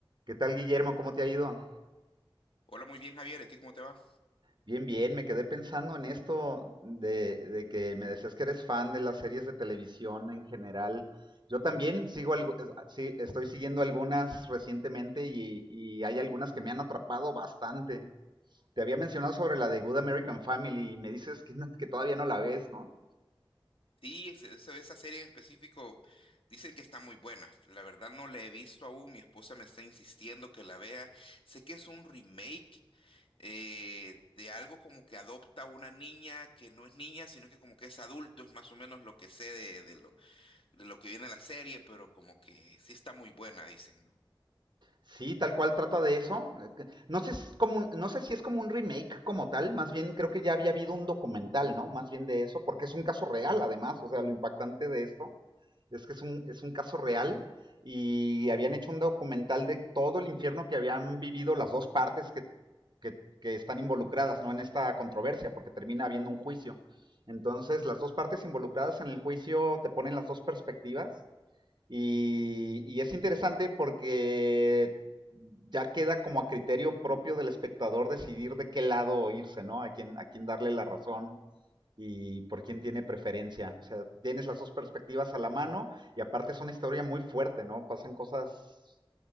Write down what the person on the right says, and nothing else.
¿Qué tal, Guillermo? ¿Cómo te ha ido?
Bien, bien, me quedé pensando en esto de, de que me decías que eres fan de las series de televisión en general. Yo también sigo algo, es- ah, sí, estoy siguiendo algunas recientemente y, y hay algunas que me han atrapado bastante. Te había mencionado sobre la de Good American Family y me dices que, no- que todavía no la ves, ¿no?
Sí, tal cual trata de eso. No sé, si es como un- no sé si es como un remake como tal, más bien creo que ya había habido un documental, ¿no? Más bien de eso, porque es un caso real además, o sea, lo impactante de esto es que es un, es un caso real y habían hecho un documental de todo el infierno que habían vivido las dos partes que, que, que están involucradas, ¿no? En esta controversia, porque termina habiendo un juicio. Entonces, las dos partes involucradas en el juicio te ponen las dos perspectivas y, y es interesante porque ya queda como a criterio propio del espectador decidir de qué lado irse, ¿no? A quién, a quién darle la razón y por quién tiene preferencia. O sea, tienes las dos perspectivas a la mano y aparte es una historia muy fuerte, ¿no? Pasan cosas